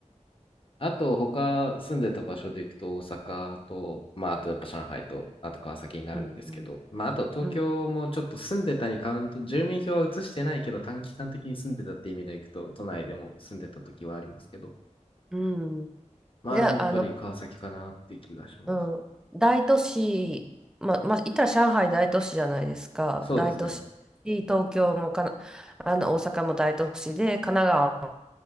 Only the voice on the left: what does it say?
あと他住んでた場所で行くと大阪と、まああとやっぱ上海と、あと川崎になるんですけど、
まああと東京もちょっと住んでたにカウント、
住民票は移してないけど短期間的に住んでたって意味で行くと、都内でも住んでた時はありますけど、
まあでもやっぱり川崎かなって気がします。
そうですね。